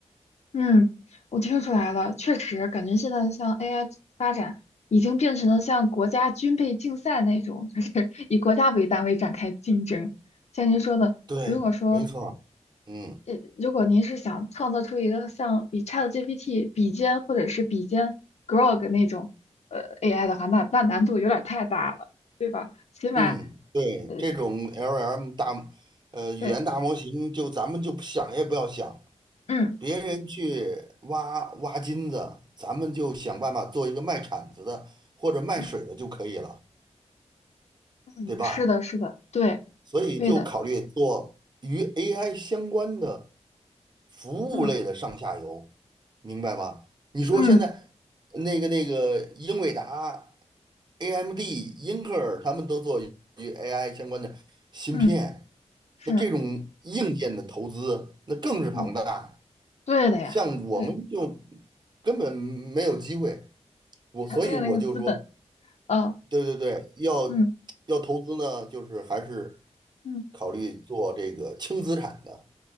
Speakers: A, on the left (about 65°); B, on the right (about 40°).
A: 嗯，我听出来了，确实感觉现在像 AI 发展已经变成了像国家军备竞赛那种，就是 <laughs> 以国家为单位展开竞争。像您说的，
B: 对，
A: 如果说
B: 没错儿嗯
A: 呃，如果您是想创造出一个像比 ChatGPT 比肩或者是比肩 Grok 那种呃 AI 的话，那那难度有点太大了，对吧？起码
B: 嗯，对，
A: 呃，
B: 这种 l L m 大，呃，语言大模型，
A: 对，
B: 就咱们就想也不要想，
A: 嗯
B: 别人去挖挖金子，咱们就想办法做一个卖铲子的或者卖水的就可以了，
A: 嗯嗯，
B: 对吧？
A: 是的，是的，对
B: 所以就考虑做与
A: 对的，
B: AI 相关的服务类的上下游，
A: 嗯
B: 明白吧？你说现在那个那个英伟达、
A: 嗯
B: AMD、英特尔他们都做与 AI 相关的芯片，
A: 嗯，
B: 那这种硬件的投资那更是庞大。
A: 是。嗯。对的呀，
B: 像我们就
A: 对，
B: 根本没有机会，我所以我就说，
A: 他没有那个资本啊，
B: 对对对，要要投资呢，
A: 嗯
B: 就是还是
A: 嗯
B: 考虑做这个轻资产的、